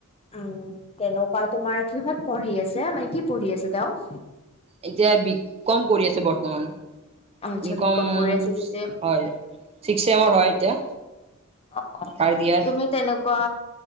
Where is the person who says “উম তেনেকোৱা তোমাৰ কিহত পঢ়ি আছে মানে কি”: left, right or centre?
Left